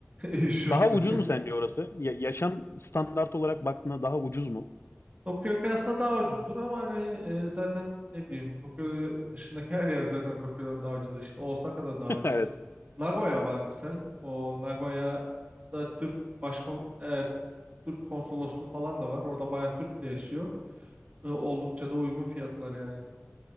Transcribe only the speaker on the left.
Daha ucuz mu sence orası? Ya- yaşam standart olarak baktığında daha ucuz mu?
<laughs>
Evet.